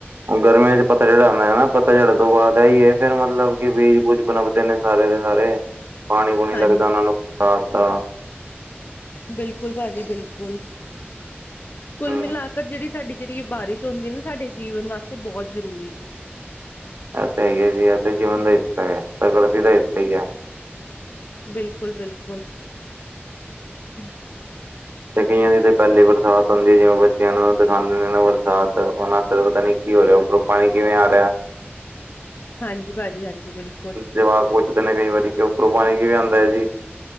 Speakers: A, on the right; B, on the left.
A: ਗਰਮੀਆਂ ਚ' ਪੱਥਝੜ ਆਉਂਦਾ ਹੈ ਨਾ ਪੱਥਝੜ ਤੋਂ ਬਾਅਦ ਇਹ ਹੀ ਏ ਫੇਰ ਮਤਲਬ ਕਿ ਬੀਜ ਬੂਜ ਪਨਪਦੇ ਨੇ ਸਾਰੇ ਦੇ ਸਾਰੇ ਪਾਣੀ ਪੂਣੀ
B: ਹਾਂਜੀ
A: ਲੱਗਦਾ ਉਹਨਾਂ ਨੂੰ ਬਰਸਾਤ ਦਾ
B: ਬਿਲਕੁਲ ਭਾਜੀ ਬਿਲਕੁਲ ਕੁੱਲ
A: ਹੂੰ।
B: ਮਿਲਾ ਕੇ ਜਿਹੜੀ ਸਾਡੀ ਜਿਹੜੀ ਇਹ ਬਾਰਿਸ਼ ਹੁੰਦੀ ਹੈ ਨਾ ਸਾਡੇ ਜੀਵਨ ਵਾਸਤੇ ਬਹੁਤ ਜ਼ਰੂਰੀ ਹੈ।
A: ਆ ਤੇ ਹੈ ਹੀ ਆ ਜੀ ਇਹ ਜੀਵਨ ਦਾ ਹਿੱਸਾ ਹੈ ਪ੍ਰਕਿਰਤੀ ਦਾ ਹਿੱਸਾ ਈ ਹੈ
B: ਬਿਲਕੁਲ-ਬਿਲਕੁਲ <inaudible>
A: <inaudible> ਤੇ' ਕਈਆਂ ਦੀ ਤਾਂ ਪਹਿਲੀ ਬਰਸਾਤ ਹੁੰਦੀ ਹੈ ਜਿਵੇਂ ਬੱਚਿਆਂ ਨੂੰ ਦਿਖਾਉਂਦੇ ਨੇ ਬਰਸਾਤ ਉਹਨਾਂ ਵਾਸਤੇ ਪਤਾ ਨੀ ਕੀ ਹੋ ਰਿਹਾ ਪਾਣੀ ਕਿਵੇਂ ਆ ਰਿਹਾ
B: ਹਾਂਜੀ ਭਾਜੀ ਹਾਂਜੀ ਬਿਲਕੁਲ
A: ਜਵਾਕ ਪੁੱਛਦੇ ਨੇ ਕਈ ਵਾਰੀ ਕਿ ਉੱਪਰੋਂ ਪਾਣੀ ਕਿਵੇਂ ਆਉਂਦਾ ਹੈ ਜੀ